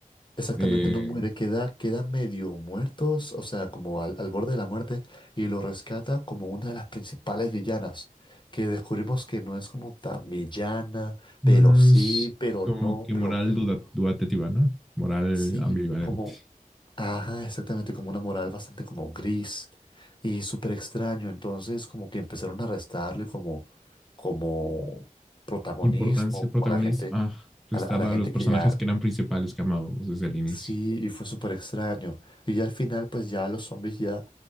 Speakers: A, on the left (about 35°); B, in the centre.
A: exactamente
B: Eh,
A: no muere, queda, queda medio muertos, o sea, como al, al borde de la muerte y lo rescata como una de las principales villanas, que descubrimos que no es como tan villana
B: No
A: pero sí,
B: Es
A: pero
B: como
A: no,
B: que
A: pero
B: moral duda- dudativa, ¿no? Moral
A: Sí,
B: ambivalente.
A: como, ajá, exactamente, como una moral bastante como gris y súper extraño. Entonces, como que empezaron a restarle como, como protagonismo,
B: Importancia, protagonismo.
A: como la gente,
B: Ah, restar
A: a la, a la
B: a
A: gente
B: los personajes
A: que ya,
B: que eran principales que amábamos desde el inicio.
A: sí, y fue súper extraño. Y ya al final, pues ya los zombies ya,